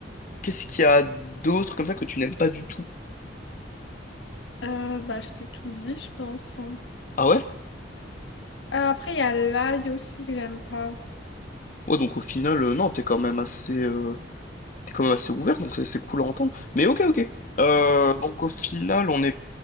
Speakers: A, on the left (about 45°); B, on the left (about 75°).
A: Qu'est-ce qu'il y a d'autre comme ça que tu n'aimes pas du tout?
B: Euh, bah, je t'ai tout dit, je pense. hein.
A: Ah ouais?
B: Euh, après, il y a l'ail aussi que j'aime pas.
A: Ouais, donc au final, euh, non, t'es quand même assez, euh, t'es quand même assez ouvert, donc c'est c'est cool à entendre. Mais ok, ok. Euh, donc au final, on n'est